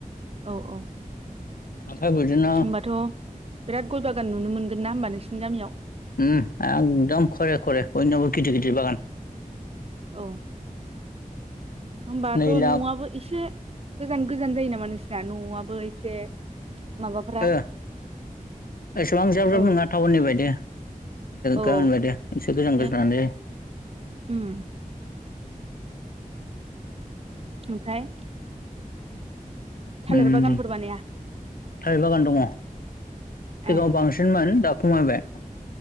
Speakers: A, on the right; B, on the left.
A: औ औ
B: ओमफ्राय बिदिनो
A: होमबाथ' बिराद गय बागान नुनो मोनगोन ना होमबा नोंसिनि गामियाव?
B: उम एखदम खरे खरे बयनाबो गिदिर गिदिर बागान।
A: औ होमबाथ'
B: नै लाख
A: न'आबो एसे गोजान गोजान जायो नामा नोंसिना न'आबो एसे माबाफ्रा
B: ओ एसेबां ज्राब ज्राब
A: औ
B: नङा टाउननि बायदि।
A: औ
B: गामिनि बायदि इसे गोजान
A: ने
B: गोजानानो जायो।
A: उम ओमफ्राय
B: उम
A: थालिर बागानफोर बानाया?
B: थालिर बागान दङ सिगाङाव
A: ए
B: बांसिनमोन दा खमायबाय।